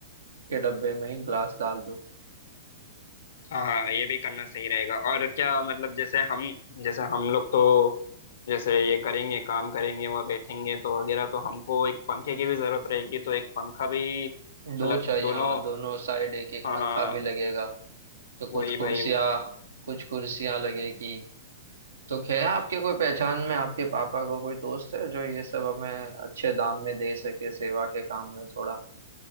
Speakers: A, on the right; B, on the left.
A: के डब्बे में ही ग्लास डाल दो
B: हाँ हाँ ये भी करना सही रहेगा और क्या मतलब जैसे हम जैसे हम लोग तो जैसे ये करेंगे काम करेंगे वह बैठेंगे तो वगैरह तो हमको एक पंखे की भी जरूरत रहेगी तो एक पंखा भी
A: दो
B: मतलब
A: चाहिए
B: दोनों
A: हाँ दोनों साइड एक एक
B: हाँ
A: पंखा
B: हाँ
A: भी लगेगा तो कुछ
B: वही
A: कुर्सियाँ
B: भाई
A: कुछ कुर्सियाँ लगेगी तो क्या आपके कोई पहचान में आपके पापा को कोई दोस्त है जो ये सब हमें अच्छे दाम में दे सके सेवा के काम में थोड़ा